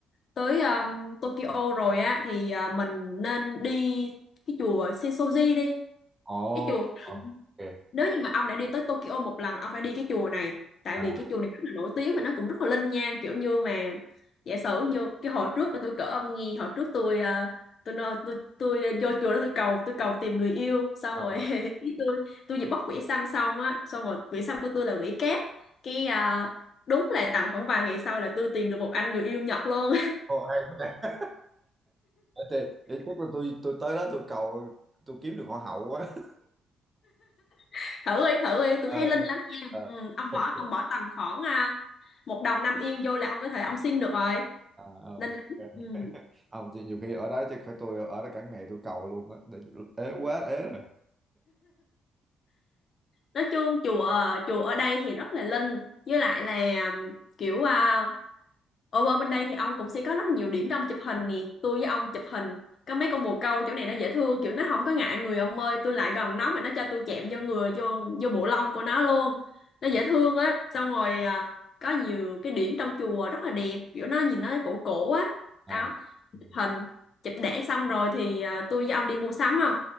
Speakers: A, on the left (about 50°); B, on the right (about 20°).
A: tới um, Tokyo rồi á thì à, mình nên đi cái chùa Sensoji đi
B: ồ,
A: cái chùa
B: ồ, ok,
A: nếu như mà ông đã đi tới Tokyo một lần ông phải đi cái chùa này tại
B: à,
A: vì cái chùa này rất là nổi tiếng và nó cũng rất là linh nhang kiểu như mà giả sử như cái hồi trước tôi cỡ ông nghe hồi trước tôi ờ, tôi nói- tôi tôi vô chùa đó tôi cầu tôi cầu tìm người yêu xong
B: à,
A: rồi <laughs> cái tôi tôi vừa bóc quỷ xăm xong á xong rồi quỷ xăm của tôi là quỷ cát cái ờ, đúng là tầm khoảng vài ngày sau là tôi tìm được một anh người yêu Nhật luôn
B: hay quá để, để chắc là tôi tôi tới đó tôi cầu tôi kiếm được hoa hậu quá
A: <laughs> thử đi thử đi
B: <laughs>
A: tôi
B: ờ
A: thấy linh
B: đúng
A: lắm nha
B: Ờ,
A: ừ, ông
B: ok
A: bỏ ông bỏ tầm khoảng à, một đồng năm yên vô là ông có thể ông xin được rồi
B: à, ờ,
A: linh lắm
B: ok
A: ừ.
B: không nhiều, nhiều khi ở đó chắc phải tôi ở đó cả ngày tôi cầu luôn á Để- ế quá ế
A: nói chung chùa chùa ở đây thì rất là linh với lại là um, kiểu à, ở ở bên đây thì ông cũng sẽ có rất là nhiều điểm để ông chụp hình nè tôi với ông chụp hình có mấy con bồ câu chỗ này nó dễ thương kiểu nó không có ngại người ông ơi tôi lại gần nó mà nó cho tôi chạm vô người vô vô bộ lông của nó luôn nó dễ
B: rồi
A: thương á xong rồi à, có nhiều cái điểm trong chùa rất là đẹp kiểu nó nhìn nó cổ cổ á đó
B: à ừ.
A: chụp hình chụp đẻ xong rồi thì à, tôi với ông đi mua sắm không